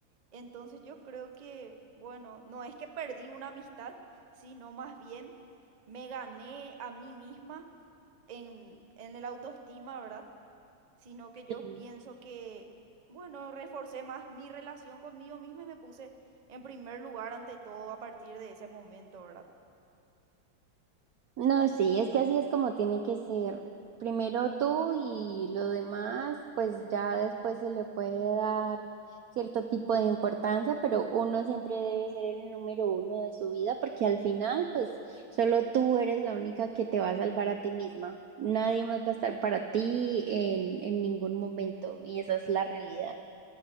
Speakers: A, on the right; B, on the right.
A: Entonces yo creo que, bueno, no es que perdí una amistad, sino más bien me gané a mí misma en, en el autoestima, ¿verdad? Sino que yo
B: Ujú.
A: pienso que, bueno, reforcé más mi relación conmigo misma y me puse en primer lugar ante todo a partir de ese momento, ¿verdad?
B: No, sí, es que así es como tiene que ser. Primero tú y lo demás, pues ya después se le puede dar cierto tipo de importancia, pero uno siempre debe ser el número uno de su vida, porque al final, pues solo tú eres la única que te va a salvar a ti misma. Nadie más va a estar para ti en, en ningún momento, y esa es la realidad.